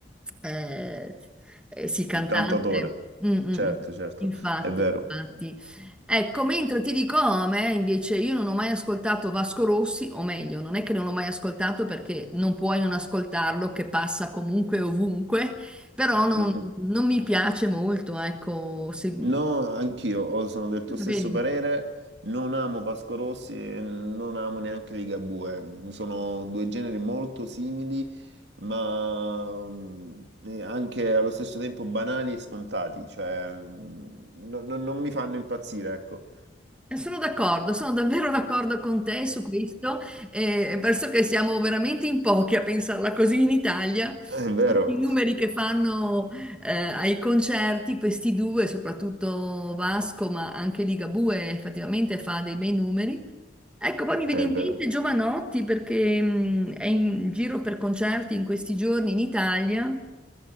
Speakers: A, in the centre; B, on the right (about 75°).
A: eh, eh, sì, cantante.
B: Il cantautore,
A: Mm, mm,
B: certo,
A: mm.
B: certo,
A: Infatti,
B: è vero.
A: infatti. Ecco, mentre ti dico, oh, a me invece io non ho mai ascoltato Vasco Rossi, o meglio, non è che non l'ho mai ascoltato perché non puoi non ascoltarlo, che passa comunque ovunque, però non,
B: Mm, mm.
A: non mi piace molto, ecco, se-
B: No, anch'io oh, sono del tuo
A: vedi.
B: stesso parere. Non amo Vasco Rossi e non amo neanche Ligabue. Sono due generi molto simili, ma mm, eh, anche allo stesso tempo banali e scontati. Cioè, mm, no- no- non mi fanno impazzire, ecco.
A: Eh, Sono d'accordo, sono davvero <laughs> d'accordo con te su questo. eh, penso che siamo veramente in pochi a pensarla così in Italia.
B: È vero,
A: I numeri che fanno eh, ai concerti, questi due, soprattutto Vasco, ma anche Ligabue effettivamente fa dei bei numeri. Ecco, poi mi viene
B: è
A: in
B: vero.
A: mente Giovanotti perché mh, è in giro per concerti in questi giorni in Italia